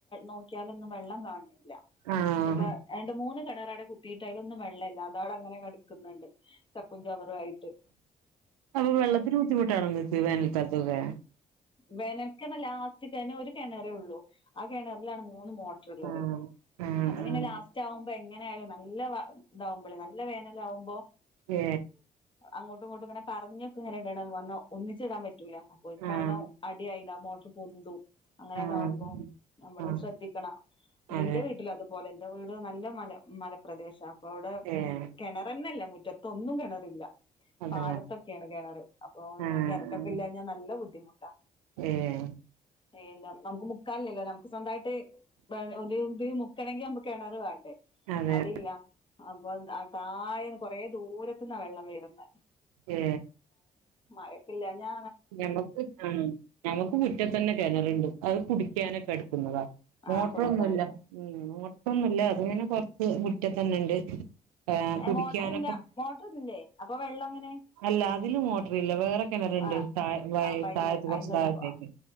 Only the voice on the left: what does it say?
നോക്കിയാലൊന്നും വെള്ളം കാണണില്ല
ഇപ്പൊ രണ്ട് മൂന്ന് കിണർ അവിടെ കുത്തിട്ട അതിലൊന്നും വെള്ളമല്ല അതാട അങ്ങനെ കിടക്കുന്നുണ്ട് ചപ്പും ചവറായിട്ട്
വേനൽക്ക് ലാസ്റ്റ് ഒരുകിണറുള്ളൂ ആ കെണറിലാണ് മൂ മൂന്ന് മോട്ടറള്ളത്
പിന്നെ
ലാസ്റ്റ് ആകുമ്പോ എങ്ങനെയായാലും നല്ല ഇതാവുമ്പോളേ നല്ല വേനല ആകുമ്പോ
അങ്ങോട്ടും ഇങ്ങട്ടും ഇങ്ങനെ പറഞ്ഞക്കെ ഇടണം വന്ന് ഒന്നിച്ച് ഇടാൻ പറ്റൂലാ അപ്പോക്ക് വെള്ളം
അടിയായില്ല മോട്ടർ പൊന്തും അങ്ങനെയൊക്കെ
ആകുമ്പോ നമ്മള്
ശ്രദ്ധിക്കണം
എന്റെ വീട്ടിലത് എൻ്റെ വീട് നല്ല മല പ്രദേശാണ് അപ്പോ അവിടെ
കെണറന്നെ ല്യാ മുറ്റത്ത ഒന്നും കിണറില്ല
പാടത്തൊക്കെയാണ് കെണറ് അപ്പോ
കരന്റൊക്കെ ഇല്ലാഞ്ഞാ നല്ല ബുദ്ധിമുട്ടാ
പി നമുക്ക് മുക്കാലല്ലോ നമുക്ക് സ്വന്തമായിട്ട് ഒരു കിണർ വേണ്ടേ
അതില്ല അപ്പോ താഴെയാണ് കൂറെ ദൂരത് അന്നാ വെള്ളം വെരുന്ന
മഴക്കില്ല ഞാ
ആ
കുടിക്കാടുക്ക
മോട്ടറില്ല മോട്ടറില്ലേ അപ്പൊ വെള്ളം അങ്ങനെ
ആ
ആ അപ്പ അയിന്ന്
അയിന്ന്
എടുക്കുവോ